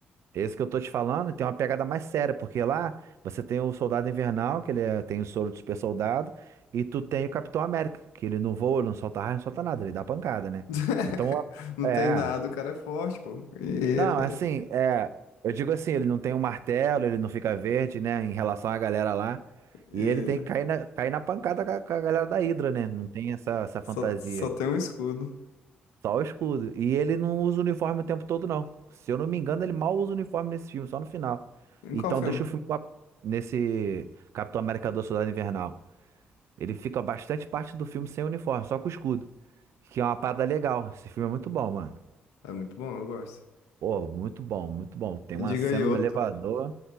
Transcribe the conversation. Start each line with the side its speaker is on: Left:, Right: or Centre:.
Right: Esse que eu tô te falando tem uma pegada mais séria, porque lá você tem o Soldado Invernal, que ele é- tem o soro do super soldado, e tu tem o Capitão América, que ele não voa, ele não solta raio, não solta nada, ele dá pancada, né?
Left: <laughs>
Right: Então,
Left: Não
Right: é.
Left: tem nada, o cara é forte, pô. E ele...
Right: Não, é assim, é. Eu digo assim, ele não tem um martelo, ele não fica verde, né, em relação à galera lá.
Left: <laughs>
Right: E
Left: e
Right: ele tem que cair na, cair na pancada com a, com a galera da Hydra, né? Não tem essa, essa
Left: só,
Right: fantasia.
Left: só tem um escudo.
Right: Só o escudo. E ele não usa o uniforme o tempo todo, não. Se eu não me engano, ele mal usa o uniforme nesse filme, só no final.
Left: Em
Right: Então
Left: qual filme?
Right: deixa o filme com a- nesse Capitão América do Soldado Invernal. Ele fica bastante parte do filme sem uniforme, só com o escudo. Que é uma parada legal. Esse filme é muito bom, mano.
Left: É muito bom, eu gosto.
Right: Pô, muito bom, muito bom. Tem
Left: Diga
Right: uma cena
Left: aí outro.
Right: no elevador.